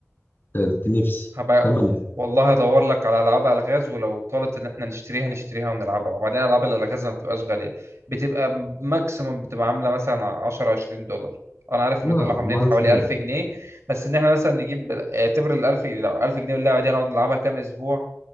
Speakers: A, on the left; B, on the right.
A: كانت نفسي
B: هبقى
A: تمام
B: والله هدور لك على العاب الغاز ولو طالت ان احنا نشتريها نشتريها ونلعبها وبعدين العاب الالغاز ما بتبقاش غاليه بتبقى ماكسيموم بتبقى عامله مثلا 10 20 دولار انا عارف
A: اه
B: ان دول عاملين
A: مالتي
B: حوالي
A: بلاير.
B: 1000 جنيه بس ان احنا مثلا نجيب اعتبر ال 1000 لو 1000 جنيه واللعبه دي هنقعد نلعبها كام اسبوع